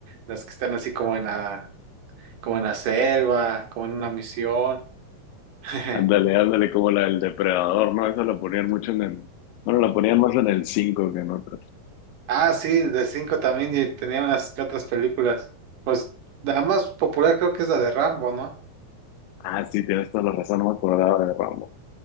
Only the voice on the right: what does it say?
Las que están así como en la, como en la selva, como en una misión. <laughs>
Ah, sí, de cinco también y tenía unas que otras películas. Pues la más popular creo que es la de Rambo, ¿no?